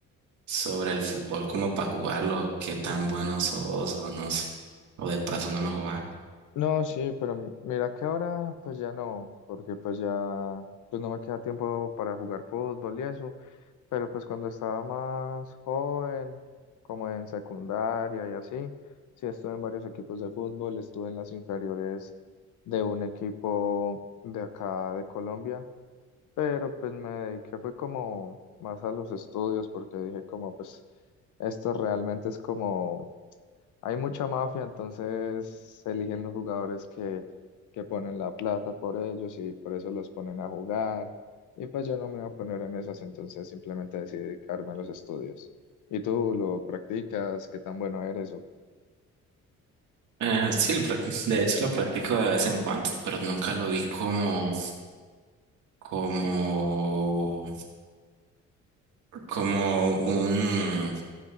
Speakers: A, on the right (about 75°); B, on the left (about 80°).
A: sobre el fútbol, como para jugarlo, qué tan bueno sos o no, s- o de paso no lo jugás.
B: No, sí, pero m- mira que ahora pues ya no, porque pues ya pues no me queda tiempo para jugar fútbol y eso, pero pues cuando estaba más joven, como en secundaria y así, sí estuve en varios equipos de fútbol, estuve en las inferiores de un equipo de acá de Colombia, pero pues me dediqué fue como más a los estudios porque dije como pues esto realmente es como hay mucha mafia, entonces se eligen los jugadores que, que ponen la plata por ellos y por eso los ponen a jugar. Y pues yo no me voy a poner en esas, entonces simplemente decidí dedicarme a los estudios. ¿Y tú lo practicas? ¿Qué tan bueno eres? O-
A: Eh, sí, lo prac- de hecho lo practico de vez en cuando, pero nunca lo vi como, como como un,